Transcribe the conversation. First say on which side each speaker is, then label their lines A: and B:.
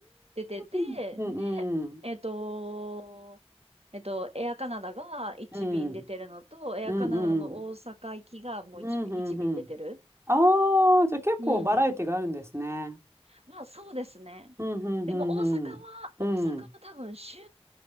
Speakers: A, on the right; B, on the right.
A: 出てて、
B: うん。
A: で、えっと、えっと、エアカナダが1便出てるのと、
B: うん
A: エアカナダの大阪行きがもう1便、
B: うんうん。うんうんうん。うんうんうん。
A: 1便出てる。
B: ああ、じゃあ結構バラエティがあるんですね。
A: うん。まあ、そうですね。
B: うん、うん、
A: でも、
B: う
A: 大阪は、
B: ん、うん。
A: 大阪は多分週
B: うん。